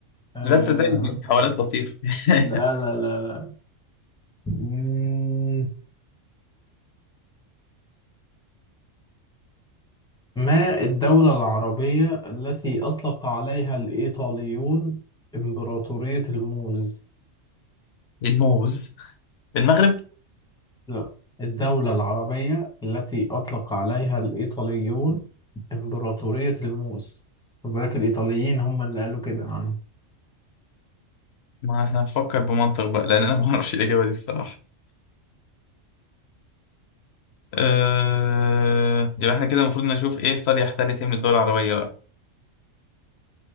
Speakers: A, in the centre; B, on the left.
A: آه
B: لا تصدقني دي حوالات لطيفة <laughs>
A: لا لا لا لا مم، ما الدولة العربية التي أطلق عليها الإيطاليون إمبراطورية الموز؟
B: الموز المغرب
A: لا الدولة العربية التي أطلق عليها الإيطاليون إمبراطورية الموز خد بالك الإيطاليين هم اللي قالوا كده عنها
B: ما احنا هنفكر بمنطق بقى لان انا ما اعرفش الاجابة دي بصراحة أه... يبقى احنا كده المفروض نشوف ايه ايطاليا احتلت ايه من الدول العربية بقى